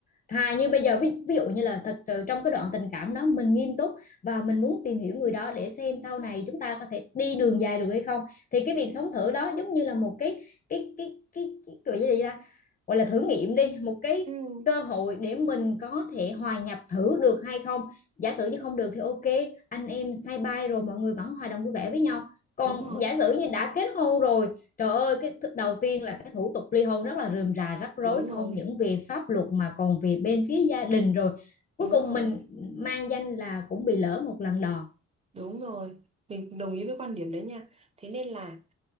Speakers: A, on the left (about 30°); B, on the right (about 20°).
A: thà như bây giờ ví, ví dụ như là thật sự trong cái đoạn tình cảm đó mình nghiêm túc và mình muốn tìm hiểu người đó để xem sau này chúng ta có thể đi đường dài được hay không thì cái
B: đúng
A: việc sống thử đó giống như là một cái cái cái cái, cái, cái gọi là gì ta gọi là thử nghiệm đi một cái
B: Ừ,
A: cơ hội để mình có thể hòa nhập thử được hay không giả sử như không được thì ok anh em say bay rồi mọi người vẫn hòa đồng vui vẻ với nhau còn
B: đúng rồi
A: giả sử như đã kết hôn rồi Trời ơi, cái th- đầu tiên là cái thủ tục ly hôn rất là rườm rà rắc rối
B: đúng rồi
A: không những vì pháp luật mà còn vì bên phía gia đình rồi. Cuối
B: Đúng
A: cùng
B: rồi,
A: mình mang danh là cũng bị lỡ một lần đò.
B: đúng rồi. Mình đồng ý với quan điểm đấy nha. Thế nên là